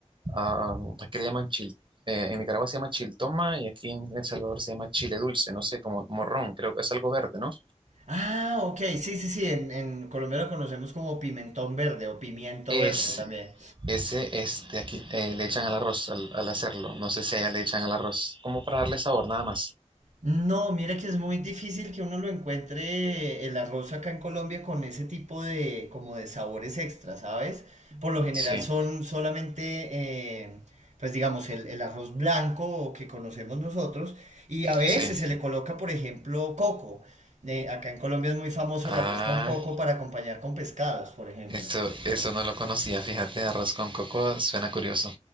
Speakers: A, on the right (about 45°); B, on the right (about 80°).
A: ah, aquí le llaman chil, eh, en Nicaragua se llama chiltoma y aquí en El Salvador se llama chile dulce, no sé, como morrón, creo que es algo verde, ¿no?
B: Ah, ok, sí, sí, sí, en, en Colombia lo conocemos como pimentón verde o pimiento
A: Ese,
B: verde también.
A: ese, este, aquí eh, le echan al arroz al, al hacerlo, no sé si allá le echan al arroz, como para darle sabor, nada más.
B: No, mira que es muy difícil que uno lo encuentre el arroz acá en Colombia con ese tipo de como de sabores extra, ¿sabes? Por lo general
A: Sí,
B: son solamente, eh, pues digamos, el, el arroz blanco que conocemos nosotros y a veces
A: sí.
B: se le coloca, por ejemplo, coco. Eh, acá en Colombia es muy famoso
A: Ah,
B: el arroz con coco para acompañar con pescados, por ejemplo.
A: eso, eso no lo conocía, fíjate, arroz con coco suena curioso.